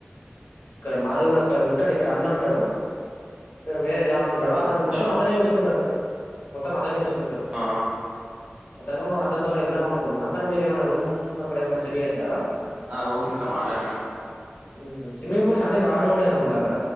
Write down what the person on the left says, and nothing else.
ఇక్కడ మాది కూడా ఒక ఉంటాడు ఇక్కడ అన్న ఉంటాడు. అతను వేరే జాబ్ లో ఉంటాడు,
అతను మొత్తం
అతనే చూసుకుంటాడు. మొత్తం అతనే చూస్ కుంటడు.
అతను అతనితోనే వెళ్దాం అనుకుంటున్నా మరి మీరు ఏమైనా రూమ్ అక్కడ ఏమైనా సెట్ చేస్తారా?
హ్మ్హు స్విమ్మింగ్ పూల్స్ అన్నీ బానే ఉంటాయనుకుంట అక్కడ.